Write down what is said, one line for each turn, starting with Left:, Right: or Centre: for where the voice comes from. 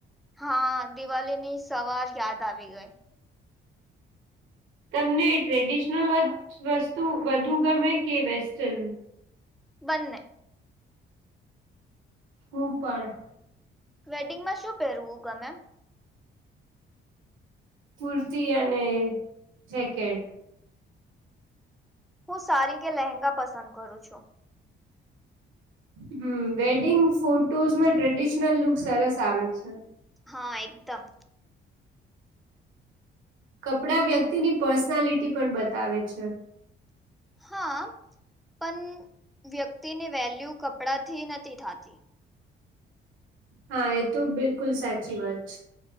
Centre: હા, દિવાળી ની સવાર યાદ આવી ગઈ.
Right: તમને ટ્રેડિશનલ વસ્તુ વધુ ગમે કે વેસ્ટન
Centre: બન્ને
Right: ઉપળ.
Centre: વેડિંગમાં શું પહેરવું ગમે
Right: કુર્તી અને જેકેટ
Centre: હું સારી કે લહેંગા પસંદ કરું છુ.
Right: હમ વેડિંગ ફોટોઝમાં ટ્રેડિશનલ લુક સરસ આવે છે.
Centre: હા એકદમ
Right: કપડા વ્યક્તિની પર્સનાલિટી પણ બતાવે છે.
Centre: હા પણ વ્યક્તિની વેલ્યુ કપડાથી નથી, થતી.
Right: હા એ તો બિલકુલ સાચી વાત છે.